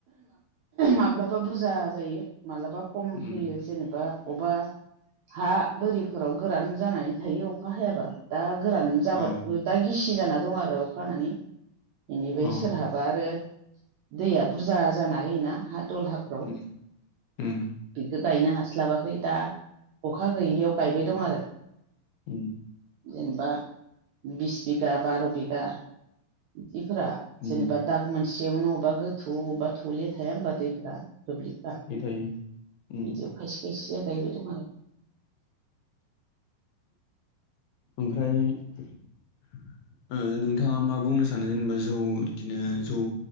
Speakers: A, on the right; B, on the left.
A: माब्लाबा बुरजा जायो मालाबा खम फैयो
B: उम
A: जेनेबा अबेबा हा बोरिफोराव गोरान जानानै थायो अखा हायाबा दा गोरान जाबाय
B: अ
A: दा गिसि जाना दं आरो अखा हानानै बेनिफ्राय
B: अ
A: सोरहाब बा आरो दैया बुरजा जाना होयोना हा दलहाफ्राव
B: उम उम
A: बिखौ गायनो हास्लाबाखै दा अखा गैयियाव गायबाय दं आरो
B: उम
A: जेनेबा बिस बिगा बार' बिगा बिदिफोरा
B: उम
A: जेनेबा दाग मोनसेयावनो अबेबा गोथ थौबा थौलेया थाया होनबा दैफ्रा दुब्लिफ्रा
B: थायो थायो उम
A: बिदियाव खायसे एसेआ गायबाय दं आरो
B: ओमफ्राय ओ नोंथाङा मा बुंनो सानो जेनेबा जौ बिदिनो जौ